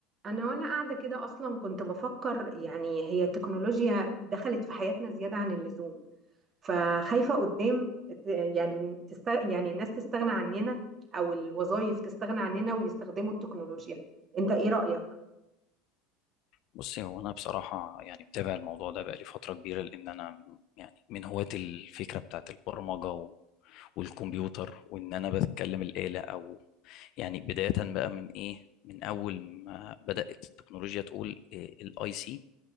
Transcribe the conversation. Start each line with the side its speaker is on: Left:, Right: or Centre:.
Right: انا وانا قاعده كده اصلا كنت بفكر يعني هي التكنولوجيا دخلت في حياتنا زياده عن اللزوم فخايفه قدام ت- يعني تست... يعني الناس تستغنى عننا او الوظائف تستغنى عننا ويستخدموا التكنولوجيا انت ايه رايك
Left: بصي هو انا بصراحه يعني متابع الموضوع ده بقالي فتره كبيره لان انا م- يعني من هواة الفكره بتاعت البرمجه و- والكمبيوتر وان انا بتكلم الاله او يعني بدايه بقى من ايه من اول ما بدات التكنولوجيا تقول الاي سي